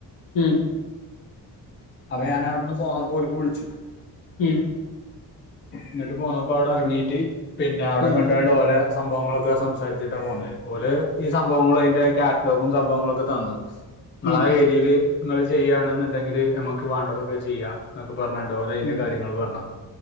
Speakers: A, on the left; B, on the left.
A: ഉം
B: അപ്പോ ഞാൻ അവിടുന്ന് പോന്നപ്പോൽ ക്ക് വിളിച്ചു
A: ഉം
B: എന്നിട്ട് പോന്നപ്പോ അവിടെ ഇറങ്ങീട്ട് പിന്നെ അവിടെ
A: ഉം
B: കണ്ടണ്ട് ഓലെ സംഭവങ്ങളൊക്കെ സംസാരിച്ചിട്ടാ പോന്നത് ഓല ക ഈ സംഭവങ്ങൾ അതിന്റെ കാറ്റ്ലോഗും സംഭവങ്ങളും ഒക്കെ തന്നു നിങ്ങ
A: ഉം
B: ആ ഏരിയയിൽ നിങ്ങൾ ചെയ്യയാണെന്നുണ്ടെങ്കില് നമുക്ക് വേണ്ടതൊക്കെ ചെയ്യാ എന്നൊക്ക പറഞ്ഞട്ടത് പോലെ
A: ഉം
B: അതിന്റെ കാര്ങ്ങൾ പറഞ്ഞ